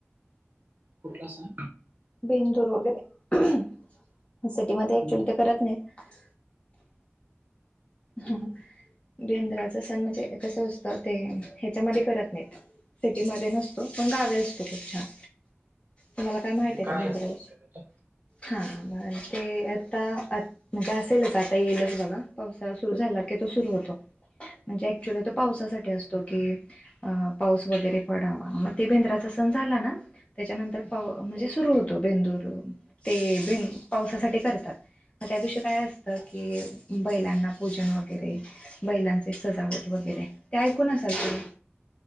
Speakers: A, on the right; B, on the left.
A: कोता सा.
B: बेंदूर वगैरे सिटीमध्ये
A: हम्म.
B: क्च्युली ते करत नाहीत. ह बंद्राचा सण म्हणजे कसं असतं ते ह्याच्यामध्ये करत नाहीत. सिटीमध्ये नसतो पण गावी असतो खूप छान तुम्हाला काय माहित
A: म्हणजे
B: आहे
A: काय
B: का भेंदराल.
A: असतं नेमकं त्याच्यात?
B: हा ते आता म्हणजे असेलच आता येईलच बघा पाऊस झा तो सुर होत म्हणक्चुली त पावसासाठी असतो कि अ पाऊस वगैरे पडावा मग ते भेंद्राचा सण झाला ना त्याच्यानंतर प म्हणजे सुरू होतो बेंदूर ते बिनं पावसासाठी करतात मग त्या दिवशी काय असत
A: अच्छा.
B: की बैलांना भोजन वगैरे बैलांचे सजावट वगैरे ते ऐकून असाल तुम्ही